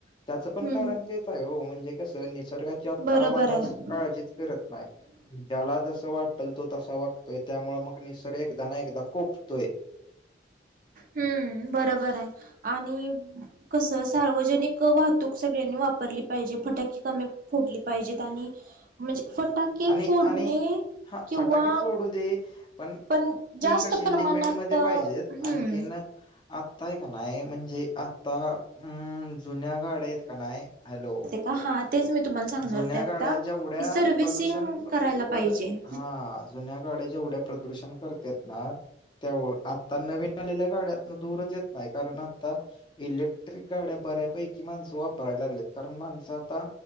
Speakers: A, on the left; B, on the right.
A: त्याचं पण
B: हम्म
A: कारण तेच आहे हो म्हणजे कस निसर्गा ता
B: बरोबर
A: माणूस
B: आहे
A: काळजीत करत नाही. ज्याला जस वाटल तो तसा वागतोय त्यामुळेळ मग निसर्ग एकदा ना एकदा कोकतोय.
B: हम्म बरोबर आहे आणि कसं सार्वजनिक वाहतूक सगळ्यांनी वापरली पाहिजे फटाकीे कमी फुटली पाहिजेत आणि म्हणजे फटाके
A: आणि
B: फोडणे
A: आणि हा
B: किंवा
A: फटाके फोडू दे ती
B: पण जास्त
A: कशी
B: प्रमाणात
A: लिमिट मध्ये
B: हम्म
A: पाहिजेत आणखीन ना आत्ता आहे का नायं म्हणजे आता म्हणजे जुन्या गाड्या आहेत का नायं हॅलो
B: पाहात तेच मी तुम्हाला सांगणार
A: जुन्या
B: होते आता
A: गाड्या जेवढ्या
B: की सर्वि्हसिंग
A: प्रदूषण प-
B: करायला
A: प्रद
B: पाहिजे.
A: हा जुन्या गाड्या जेवढ्या प्रदूषण करतात ना त्या आता नवीन आलेल्या गाड्यातन दूरच येत नाही कारण आता इलेक्ट्रिक गाड्या बऱ्यापैकी माणसं वापरायला लागलेत कारण माणसं आता